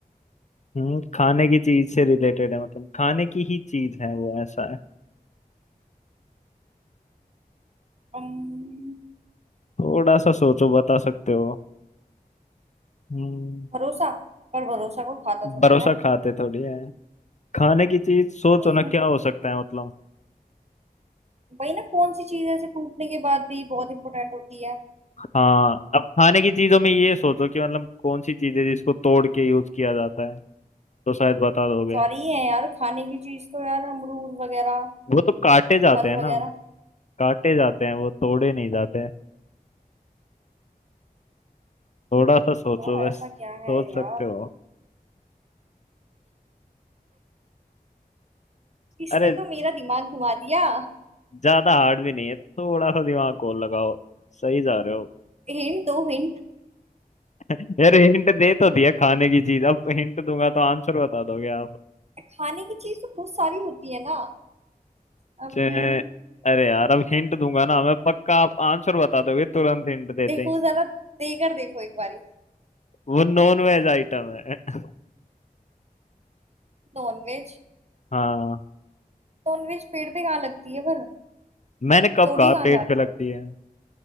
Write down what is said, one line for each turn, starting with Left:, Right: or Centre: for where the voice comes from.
Left: हम्म खाने की चीज से रिलेटेड है मतलब खाने की ही चीज है वो ऐसा है
Right: अम्म,
Left: थोड़ा सा सोचो बता सकते हो हम्म
Right: भरोसा पर भरोसा को खाता थोड़ा
Left: भरोसा
Right: ना है
Left: खाते थोड़ी है खाने की चीज सोचो
Right: वही
Left: ना
Right: ना
Left: क्या हो सकता है मतलब
Right: वही ना कौन सी चीज ऐसे टूटने के बाद भी बहुत इंपॉर्टेंट होती है
Left: हाँ अब खाने की चीजों में ये सोचो कि मतलब कौन सी चीज है जिसको तोड़ के यूज किया जाता है तो शायद बता दोगे
Right: सॉरी है यार खाने की चीज तो यार अमरूद वगैरह
Left: वो तो काटे जाते
Right: फल
Left: हैं ना
Right: वगैरह
Left: काटे जाते हैं वो तोड़े नहीं जाते हैं थोड़ा सा सोचो
Right: यार
Left: बस
Right: ऐसा क्या
Left: सोच
Right: है
Left: सकते
Right: यार
Left: हो
Right: इसने
Left: अरे
Right: तो मेरा दिमाग घुमा दिया
Left: ज्यादा हार्ड भी नहीं है थोड़ा सा दिमाग को लगाओ सही जा रहे हो
Right: हिंट दो हिंट
Left: <laughs> यार हिंट दे तो दिया खाने की चीज अब हिंट दूंगा तो आंसर बता दोगे आप
Right: खाने की चीज तो बहुत सारी होती है ना Um,
Left: चे- अरे यार अब हिंट दूंगा ना मैं पक्का आप आंसर बता दोगे तुरंत हिंट देते
Right: देखो
Left: ही
Right: जरा देकर देखो एक बारी
Left: वो नॉन वेज आइटम है <laughs>
Right: नॉनवेज
Left: हाँ
Right: नॉनवेज पेड़ पे कहाँ लगती है पर
Left: मैंने कब
Right: तोड़ी
Left: कहा
Right: कहाँ
Left: पेट
Right: जाती
Left: पे लगती
Right: है
Left: है